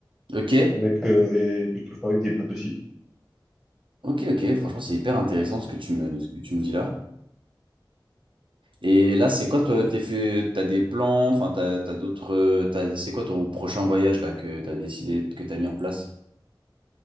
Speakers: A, on the right; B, in the centre.
A: Ok,
B: avec, euh, et quelquefois avec des potes aussi.
A: ok, ok. Franchement, c'est hyper intéressant ce que tu me, ce que tu me dis là. Et là, c'est quoi, toi, t'es fait, t'as des plans, enfin, t'as, t'as d'autres, euh, t'as- c'est quoi ton prochain voyage là que t'as décidé, que t'as mis en place?